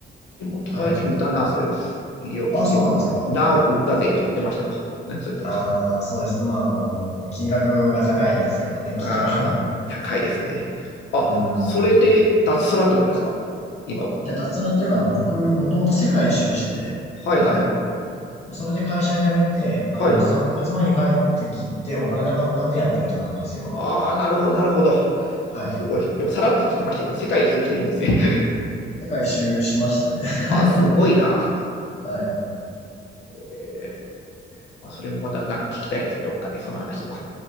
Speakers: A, on the left; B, on the left.
A: うちの友達もいたな、
B: はい。
A: それは。医療機器を。
B: あ、そうなんですか。
A: 何億売ったぜとか言ってましたわ。なんかそれと
B: ああ、そうですね。まあ、あの、金額が高いですからね、
A: ああ、
B: 機器は。
A: 高いですね。あ、
B: <laughs> うん。
A: それで脱サラってことですか今は。
B: で、脱サラというか、あの、僕、もともと世界一周してて、
A: はいはいはい。
B: それで会社辞めて、あの、
A: はいはい。
B: 3ヶ月前に帰ってきて、お金なかったんでやってるって感じです、今。
A: ああ、なるほど、なるほど。
B: はい。
A: すごい。でもさらっと聞きましたけど、世界一周してるんですね。
B: 世界一周しましたね。<laughs>
A: <laughs> ああ、すごいな。
B: はい。
A: えーまあ、それもまたなんか聞きたいですね、どっかで、その話も。